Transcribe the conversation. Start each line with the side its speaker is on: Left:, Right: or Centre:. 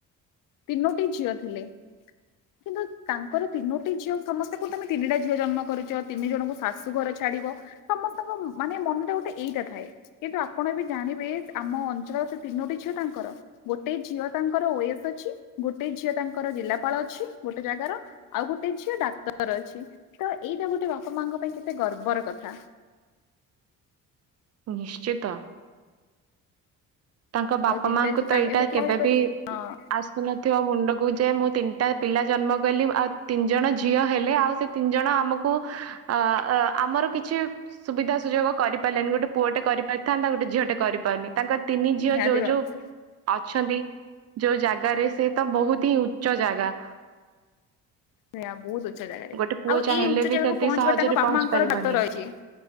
Left: ତିନୋଟି ଝିଅ ଥିଲେ। କିନ୍ତୁ ତାଙ୍କର ତିନୋଟି ଝିଅ ସମସ୍ତେ କୁ ତମେ ତିନିଟା ଝିଅ ଜନ୍ମ କରିଛ ତିନି ଜଣଙ୍କୁ ଶା ଶୂ ଗର ଛାଡିବ ସମସ୍ତଙ୍କ ମାନେ ମନରେ ଗୁଟେ ଏଇଟା ଥାଏ। କିନ୍ତୁ ଆପଣ ଏବେ ଜାଣିବେ ଆମ ଅଞ୍ଚଳର ସେ ତିନୋଟି ଝିଅ ତାଙ୍କର। ଗୋଟେ ଝିଅ ତାଙ୍କର ଓ ଏସ ଅଛି ଗୋଟେ ଝିଅ ତାଙ୍କର ଜିଲ୍ଲାପାଳ ଅଛି ଗୋଟେ ଜାଗାର ଆଉ ଗୁଟେ ଝିଅ ଡାକ୍ତର ଅଛି ତ ଏଇଟା ଗୋଟେ ବାପା ମାଙ୍କ ପାଇଁ କେତେ ଗର୍ବର କଥା।
Right: ନିଶ୍ଚିତ। ତାଙ୍କ ବାପା
Left: ଆଉ ତିନିଟା
Right: ମାଙ୍କୁ
Left: ଝିଅ
Right: ତ
Left: ତାଙ୍କ
Right: ଏଇଟା
Left: ଏବେ କିଏ
Right: କେବେବି
Left: କହିପାରିବେ। ହଁ
Right: ଆସୁନଥିବ ମୁଣ୍ଡକୁ ଯେ ମୁଁ ତିନିଟା ପିଲା ଜନ୍ମ କଲି ଆଉ ତିନି ଜଣ ଝିଅ ହେଲେ ଆଉ ସେ ତିନ୍ ଜଣ ଆମକୁ ଅ ଅ ଆମର କିଛି ସୁବିଧା ସୁଯୋଗ କରିପାରିଲେନି ଗୋଟେ ପୁଅଟେ କରିପାରିଥାନ୍ତା ଗୋଟେ ଝିଅଟେ କରିପାରୁନି ତାଙ୍କ ତିନି ଝିଅ
Left: ନିହାତି
Right: ଯୋଉ
Left: ଭାବରେ
Right: ଯୋଉ ଅଛନ୍ତି ଯୋଉ ଜାଗାରେ ସେ ତ ବହୁତ ହିଁ ଉଚ୍ଚ ଜାଗା।
Left: ସେଆ ବହୁତ ଉଚ୍ଚ ଜାଗାରେ
Right: ଗୋଟେ ପୁଅ
Left: ଆଉ
Right: ଚାହିଁଲେ
Left: ଏଇ ଉଚ୍ଚ
Right: ବି
Left: ଜାଗାକୁ
Right: ସେତିକି
Left: ପହଞ୍ଚିବାରେ
Right: ସହଜରେ
Left: ତାଙ୍କ ବାପାଙ୍କର
Right: ପହଞ୍ଚି ପାରିବନି
Left: ବାତ ରହିଛି।